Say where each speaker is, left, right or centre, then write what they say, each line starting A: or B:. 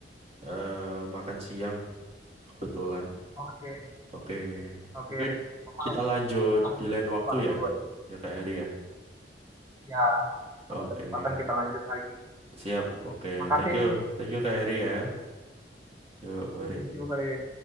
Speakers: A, on the right (about 40°); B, on the right (about 20°).
A: eh, makan siang kebetulan.
B: Oke, oke.
A: Oke,
B: Oke,
A: mungkin
B: oke. Sama
A: kita lanjut di
B: nih,
A: lain waktu
B: keluar
A: ya,
B: dulu aja.
A: ya Kak Heri ya.
B: Ya, kalau
A: Oke,
B: ada kesempatan kita lanjut lagi.
A: siap.
B: Lagi.
A: Oke,
B: Makasih
A: thank you,
B: nih.
A: thank you Kak Heri ya. Yuk, mari.
B: Oh, Thank you, Farid.